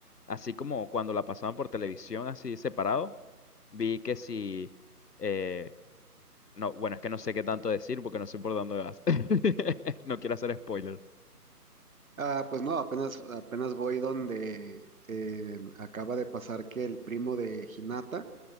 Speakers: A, on the left; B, on the right.
A: así como cuando la pasaban por televisión, así separado. Vi que si... eh, No, bueno, es que no sé qué tanto decir porque no sé por dónde vas. <laughs> No quiero hacer spoiler.
B: ah, pues no, apenas, apenas voy donde eh, acaba de pasar que el primo de Hinata